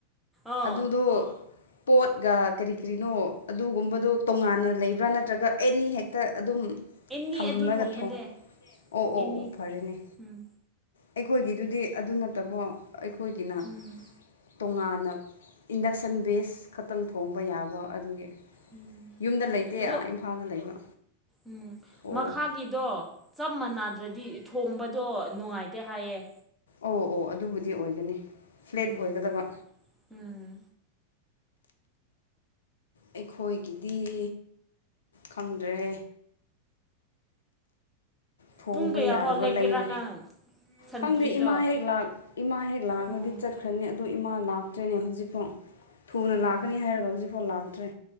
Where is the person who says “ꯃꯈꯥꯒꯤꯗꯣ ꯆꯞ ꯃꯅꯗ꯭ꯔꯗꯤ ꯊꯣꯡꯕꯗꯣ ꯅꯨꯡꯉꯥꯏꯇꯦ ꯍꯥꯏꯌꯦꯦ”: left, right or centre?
Centre